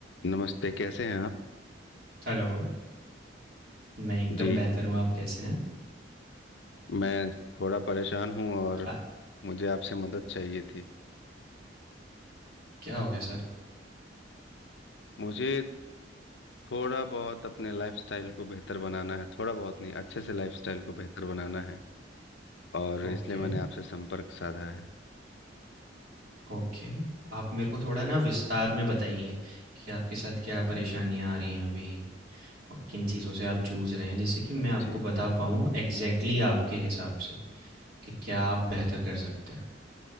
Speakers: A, on the left (about 70°); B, on the right (about 55°).
A: नमस्ते कैसे हैं आप
B: Hello, मैं एकदम
A: जी
B: बेहतर हूँ, आप कैसे हैं?
A: मैं थोड़ा परेशान हूँ और
B: अ,
A: मुझे आपसे मदद चाहिए थी
B: क्या हो गया सर?
A: मुझे थोड़ा बहुत अपने लाइफस्टाइल को बेहतर बनाना है थोड़ा बहुत नहीं अच्छे से लाइफस्टाइल को बेहतर बनाना है और
B: Okay,
A: इसलिए मैंने आपसे संपर्क साधा है
B: okay. आप मेरे को थोड़ा ना विस्तार में बताइए कि आपके साथ क्या परेशानियाँ आ रही हैं अभी और किन चीज़ों से आप जूझ रहे हैं, जिससे कि मैं आपको
A: जी
B: बता पाऊँ एग्ज़ैक्टली आपके हिसाब से कि क्या आप बेहतर कर सकते हैं।